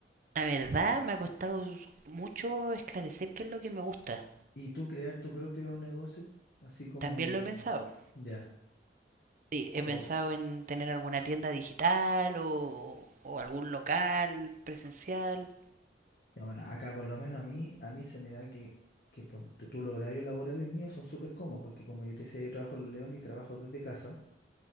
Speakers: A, on the right (about 45°); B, on the left (about 55°).
A: la verdad me ha costado mucho esclarecer qué es lo que me gusta.
B: Y tú crear tu propio negocio, así como
A: También lo he pensado,
B: ya.
A: Sí, he
B: O
A: pensado en tener alguna tienda digital o, o algún local presencial.
B: ya bueno, acá por lo menos a mí a mí se me da que que ponte tú los horarios laborales míos son súper cómodos, porque como yo te decía, yo trabajo en León y trabajo desde casa.